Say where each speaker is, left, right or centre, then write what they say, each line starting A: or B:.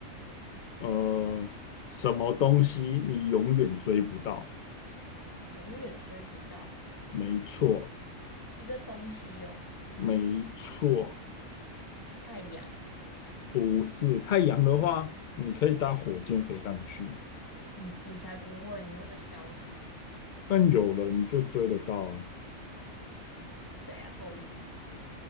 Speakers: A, on the left; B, on the left.
A: 呃，什么东西你永远追不到？
B: 永远追不到
A: 没错，
B: 一个东西哦，
A: 没错，
B: 太阳，
A: 不是太阳的话，你可以搭火箭飞上去，
B: 你你才不会，你会被烧死。
A: 但有人就追得到啊。
B: 谁啊？后羿。